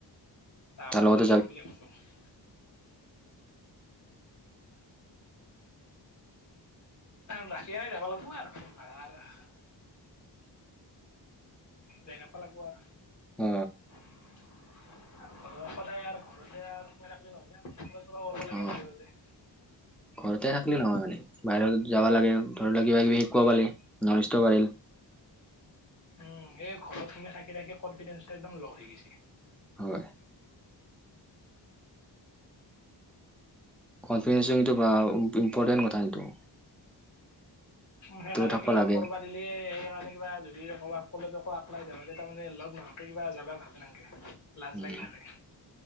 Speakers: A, on the left; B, in the centre.
A: তাৰ লগত
B: লগতে
A: যাম
B: যাবি
A: বুলি ভাবিছোঁ মই। বাকী এই যাব লাগিব আৰু <unintelligible> যায় থাকবা লাগিব আৰু
B: অ
A: আৰু ঘৰৰ সদায় আৰু ঘৰতে আৰু সোমাই থাকিলে নহয় ন।
B: অ
A: <unintelligible>
B: ঘৰতে থাকিলি নহয় মানে বাহিৰত যাবা লাগে ধৰি লোৱা কিবা কিবি শিকব পালে নলেজটো বাঢ়িল।
A: উম, এই ঘৰত তোমি থাকি থাকি কনফিডেন্ঞ্চটো একদম ল হৈ গৈছে।
B: হয়। কনফিডেঞ্চটো বা ইম্পৰ্টেণ্ট কথা কিন্তু।
A: উম, সেইকাৰণে
B: থাকিব
A: কিবা
B: লাগে
A: ক'ৰবাত। দিলে সেইকাৰণে কিবা যদি ক'ৰবাক ক'লো আকলাই যা তেতি তাৰানে লগ নহোতে কিবা যাবা ভালে নালাগে। লাজ
B: উম
A: লাগি থাকে